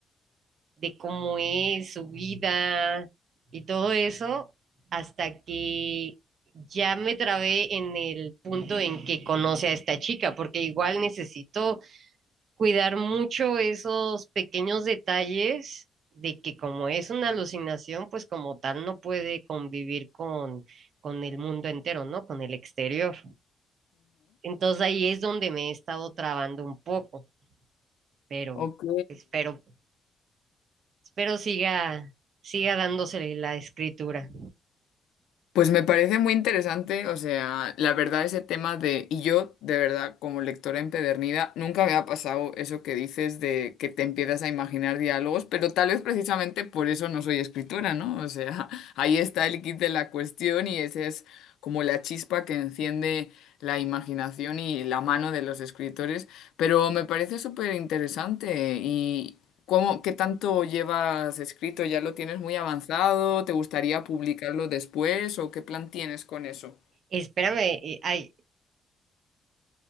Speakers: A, on the right (about 60°); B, on the left (about 80°).
A: de cómo es su vida y todo eso, hasta que ya me trabé en el punto en que conoce a esta chica, porque igual necesito cuidar mucho esos pequeños detalles de que como es una alucinación, pues como tal no puede convivir con, con el mundo entero, ¿no? Con el exterior. Entonces ahí es donde me he estado trabando un poco, pero
B: Ok,
A: espero, espero siga, siga dándose la escritura.
B: pues me parece muy interesante, o sea, la verdad ese tema de, y yo de verdad como lectora empedernida, nunca me ha pasado eso que dices de que te empiezas a imaginar diálogos, pero tal vez precisamente por eso no soy escritora, ¿no? O sea, <laughs> ahí está el kit de la cuestión y esa es como la chispa que enciende la imaginación y la mano de los escritores, pero me parece súper interesante ¿Cómo, qué tanto llevas escrito? ¿Ya lo tienes muy avanzado? ¿Te gustaría publicarlo después? ¿O qué plan tienes con eso?
A: Espérame, eh, ay.